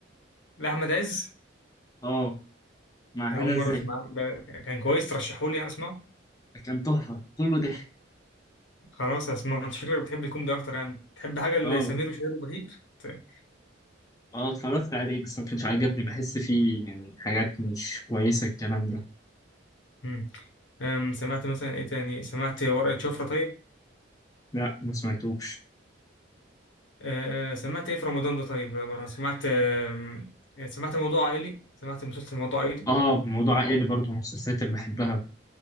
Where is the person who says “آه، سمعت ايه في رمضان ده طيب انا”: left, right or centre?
Left